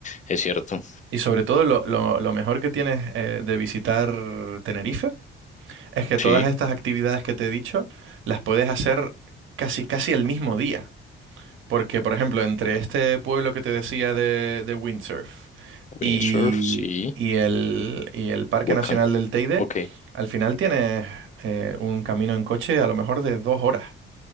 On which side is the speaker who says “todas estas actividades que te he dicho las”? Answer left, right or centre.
Right